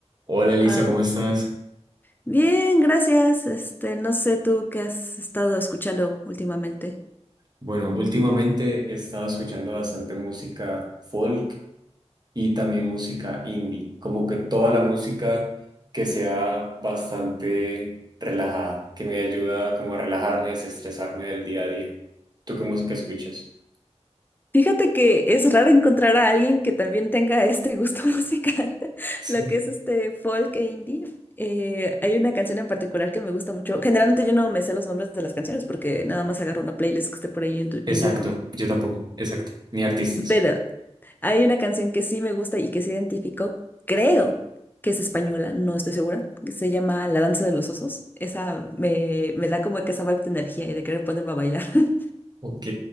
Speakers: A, on the right; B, on the left.
A: Hola Elisa,
B: Ah,
A: ¿cómo estás?
B: bien, gracias. Este, no sé tú qué has estado escuchando últimamente.
A: Bueno, últimamente he estado escuchando bastante música folk y también música indie, como que toda la música que sea bastante relajada, que me ayuda como a relajarme, desestresarme del día a día. ¿Tú qué música escuchas?
B: Fíjate que es raro encontrar a alguien que también tenga este gusto <laughs> musical,
A: Sí.
B: lo que es este folk e indie. Eh, hay una canción en particular que me gusta mucho. Generalmente yo no me sé los nombres de las canciones porque nada más agarro una playlist que esté por ahí en, tu-
A: Exacto,
B: en YouTube.
A: yo tampoco, exacto, ni artistas.
B: Pero hay una canción que sí me gusta y que se identificó, creo que es española, no estoy segura, que se llama La danza de los osos. Esa me, me da como que esa vibe de energía y de querer ponerme a bailar. <laughs>
A: Ok,